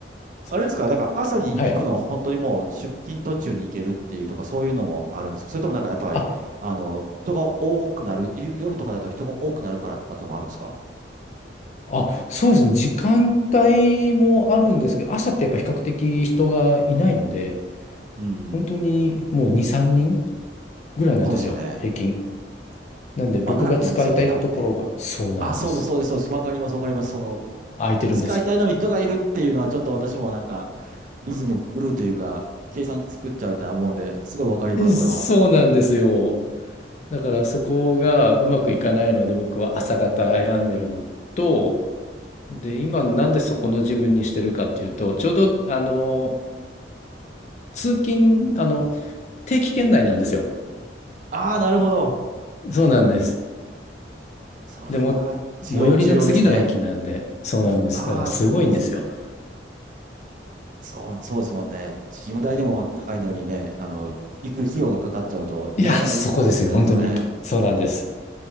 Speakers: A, on the left (about 40°); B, on the right (about 45°).
A: そっか。
B: あれですか、だから朝に行くのは本当にもう出勤途中に行けるっていうとか、
A: はい。
B: そういうのもあるんですけど、それともなんかやっぱり、
A: あ、
B: あの、人が多くなる、ゆ夜とかだと人が多くなるからとかともあるんですか
A: あ、そうですね。時間帯もあるんですけど、朝ってやっぱ比較的人がいないので、
B: うん。
A: 本当にもう2、3人ぐらいなんですよ、
B: そうですよね。
A: 平均。なんで僕が使いたいところがそうなんです。
B: 待たなくていいんですよね、多分ね。あ、そうです、そうです、そうです。わかります、わかります。その、
A: 空いてるんですよ。
B: 使いたいのに人がいるっていうのはちょっと私もなんか、リズム狂うというか、計算作っちゃうって思うんで、すごいわかります、
A: えそうなんですよ。
B: それは。
A: だからそこがうまくいかないので僕は朝方選んでるのと、で、今なんでそこのジムにしてるかっていうと、ちょうどあの、通勤、あの、定期圏内なんですよ。
B: ああ、なるほど。
A: そうなんです。
B: それは重要、
A: でも、最寄りの次の駅なんで、
B: 重要ですね。
A: そうなんです。
B: ああ、
A: だからすごいんですよ。
B: そうですね。そう、そうですもんね。事務代でも高いのにね、あの、行く費用がかかっちゃうと、なかなか行きづらくなっちゃいますよね。
A: いや、そこですよ、本当に。そうなんです。